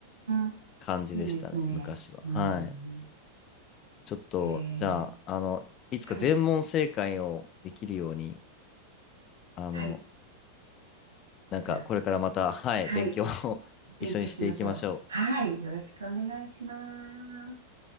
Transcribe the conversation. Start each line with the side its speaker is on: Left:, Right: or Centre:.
Right: ん。
Left: 感じでしたね、
Right: いいですね。
Left: 昔は。
Right: うーん。
Left: はい。ちょっと、
Right: えー、
Left: じゃあ、あの、いつか全問正解をできるように、
Right: はい。
Left: あの、
Right: はい。
Left: なんかこれからまた、
Right: じゃあ、
Left: はい、
Right: はい。
Left: 勉強を <laughs>
Right: 勉強しましょう。
Left: 一緒にしていきましょう。
Right: はい。よろしくお願いします。